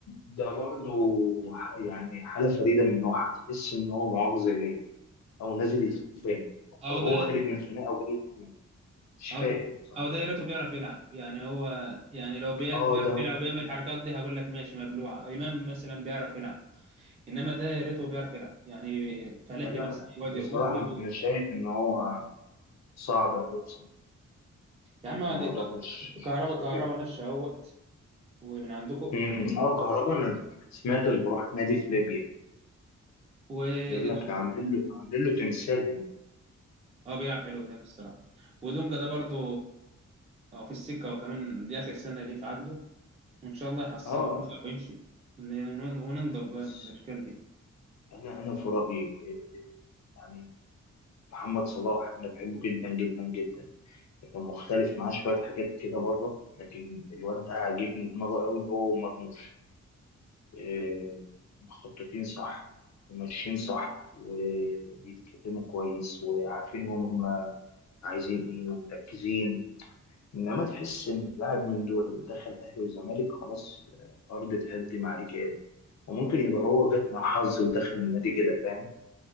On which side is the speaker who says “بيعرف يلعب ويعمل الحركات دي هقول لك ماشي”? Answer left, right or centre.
Right